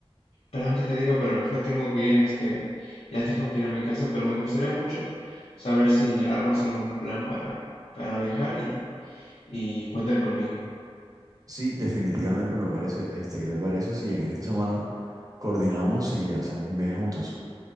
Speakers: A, on the left; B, on the right.
A: perdón que te diga, pero me tengo que ir, es que ya tengo que ir a mi casa, pero me gustaría mucho saber si armas algún plan para, para viajar y, y cuenta conmigo.
B: sí, definitivamente me parece, este, ¿qué te parece si en esta semana coordinamos y hacemos un viaje juntos?